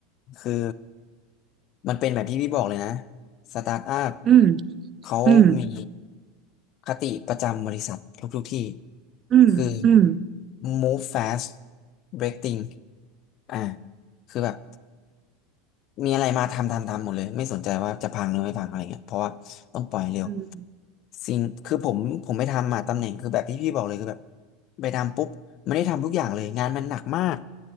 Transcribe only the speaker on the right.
อืม
อืม
อืมอืม
อืม